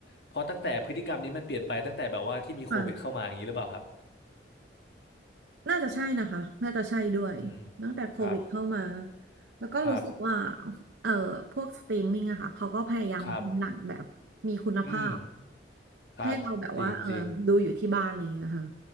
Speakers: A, on the left; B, on the right.
A: เพราะตั้งแต่พฤติกรรมนี้มันเปลี่ยนไปตั้งแต่แบบว่าที่มีโควิดเข้ามาอย่างนี้หรือเปล่าครับ
B: ค่ะน่าจะใช่นะคะน่าจะใช่ด้วยตั้งแต่โควิดเข้ามา
A: อืมครับ
B: แล้วก็รู้สึกว่า
A: ครับ
B: เอ่อพวกสตรีมมิ่งอะค่ะเขาก็พยายามทำหนังแบบมีคุณภาพ
A: ครับอืมครับจริงจริง
B: ให้เราแบบว่าเออดูอยู่ที่บ้านอะไรอย่างเงี้ยค่ะ